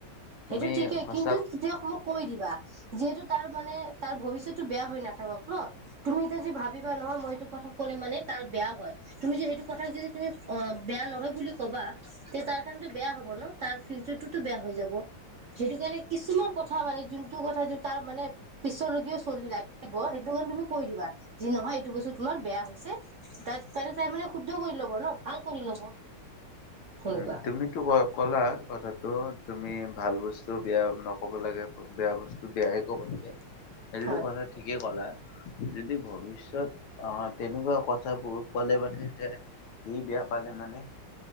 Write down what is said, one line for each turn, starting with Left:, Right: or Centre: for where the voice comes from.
Left: তুমি
Right: সেইটো ঠিকেই
Left: সঁচা
Right: কিন্তু- <unintelligible> কৈ দিবা যিহেতু তাৰ মানে তাৰ ভৱিষ্যতো বেয়া হৈ নাথাকক ন'। তুমি এতিয়া যদি ভাবিবা নহয় মই এইটো কথা ক'লে মানে তাৰ বেয়া হয়। তুমি যে সেইটো কথা যদি তুমি অঁ' বেয়া নহয় বুলি ক'বা- তে তাৰ কাৰণেটো বেয়া হ'ব ন' তাৰ ফিউচাৰটোতো বেয়া হৈ যাব। সেইটো কাৰণে কিছুমান কথা মানে যোনটো কথাটো তাৰ মানে- পিছলৈকেও চলি <unintelligible> ব সেইটো কাৰণে তুমি কৈ দিবা যি নহয় এইটো বস্তু তোমাৰ বেয়া হৈছে। তাত তাৰে তাই মানে শুদ্ধ কৰি ল'ব ন ভাল কৰি ল'ব। সেনেকুৱা।
Left: উম, তুমিতো ক-ক'লা কথাটো তুমি ভাল বস্তু বেয়া নক'ব লাগে- বেয়া বস্তু বেয়াই ক'ব লাগে সেইটোতো
Right: হয়
Left: কথা ঠিকেই ক'লা। যদি ভৱিষ্যত অঁ' তেনেকুৱা কথাবোৰ ক'লে মানে <unintelligible> সি বেয়া পালে মানে।